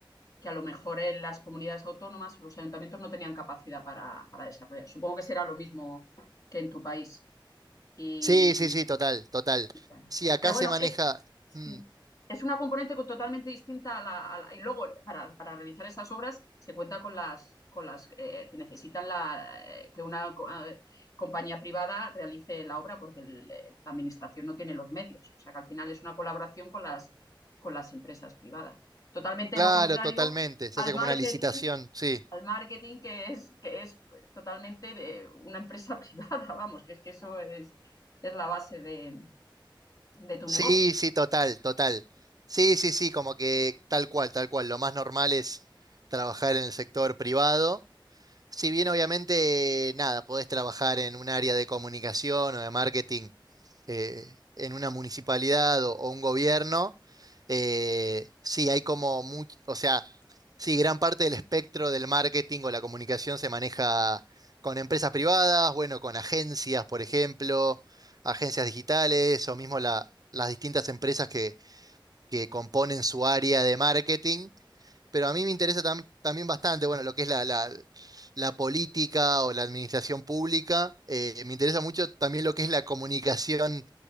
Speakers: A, on the left; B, on the right.
A: que a lo mejor en las comunidades autónomas o los ayuntamientos no tenían capacidad para, para desarrollar. Supongo que será lo mismo que en tu país. Y,
B: Sí, sí, sí, total, total.
A: y
B: Sí, acá
A: pero bueno,
B: se maneja,
A: es, Sí.
B: mm,
A: Es una componente co- totalmente distinta a la, a la- y luego para, para realizar esas obras se cuenta con las con las eh, te necesitan la, eh, que una co- ah, eh, compañía privada realice la obra porque el- el- la administración no tiene los medios. O sea que al final es una colaboración con las con las empresas privadas. Totalmente
B: claro,
A: lo contrario
B: totalmente, se
A: al
B: hace
A: marketing,
B: como una licitación, sí.
A: al marketing que es que es pues, totalmente de una empresa <laughs> privada, vamos, que es que eso es es la base de, de tu
B: Sí,
A: negocio.
B: sí, total, total. Sí, sí, sí, como que tal cual, tal cual. Lo más normal es trabajar en el sector privado. Si bien obviamente, nada, podés trabajar en un área de comunicación o de marketing eh, en una municipalidad o, o un gobierno, eh, sí, hay como mucho, o sea, sí, gran parte del espectro del marketing o la comunicación se maneja con empresas privadas, bueno, con agencias, por ejemplo, agencias digitales o mismo la- las distintas empresas que, que componen su área de marketing pero a mí me interesa tam- también bastante, bueno, lo que es la, la- la política o la administración pública. Eh, me interesa mucho también lo que es la comunicación